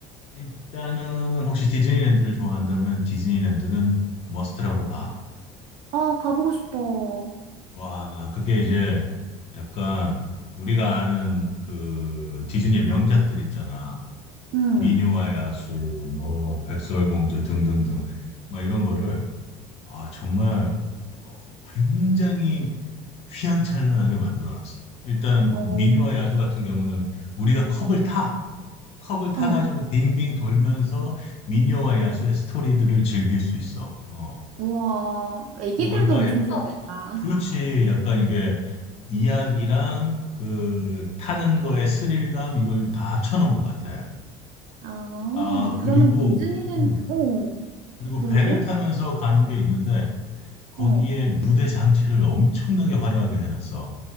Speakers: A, on the left; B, on the right.
A: 일단은 혹시 디즈니랜드를 좋아한다면 디즈니랜드는 머스트라고 봐.
B: 아, 가보고 싶어.
A: 와, 그게 이제 약간 우리가 아는 그 디즈니의 명작들 있잖아.
B: 음,
A: 미녀와 야수, 뭐 백설공주 등등등 막 이런 거를 아 정말 어, 굉장히 휘황찬란하게 만들어 놨어. 일단은
B: 어,
A: 민요와 야수 같은 경우는 우리가 컵을 타, 컵을 타가지고
B: 어.
A: 빙빙 돌면서 민요와 야수의 스토리들을 즐길 수 있어. 어,
B: 우와, 애기들도
A: 어 그러니까
B: 엄청
A: 야-
B: 좋아하겠다.
A: 그렇지. 약간 이게 이야기랑 그 타는 거의 스릴감 이걸 다 합쳐놓은 것 같아.
B: 아,
A: 아,
B: 어, 그러면
A: 그리고
B: 디즈니랜드,
A: 어,
B: 어,
A: 그리고
B: 그리고,
A: 배를 타면서 가는 게 있는데 거기에
B: 어,
A: 무대 장치를 엄청나게 화려하게 해놨어.